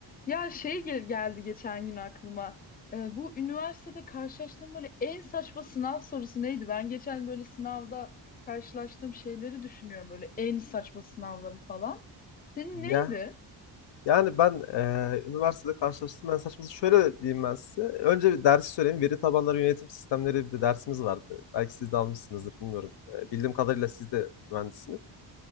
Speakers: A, on the left; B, on the left.
A: Ya şey gel- geldi geçen gün aklıma. Ee, bu üniversitede karşılaştığım böyle en saçma sınav sorusu neydi? Ben geçen böyle sınavda karşılaştığım şeyleri düşünüyorum. Böyle en saçma sınavları falan. Senin
B: Ya
A: neydi?
B: yani ben eee, üniversitede karşılaştım Ben saçması şöyle diyeyim ben size. Önce bir dersi söyleyeyim. Veri tabanları yönetim sistemleri bir de dersimiz vardı. Belki siz de almışsınızdır bilmiyorum. Eee, bildiğim kadarıyla siz de mühendissiniz.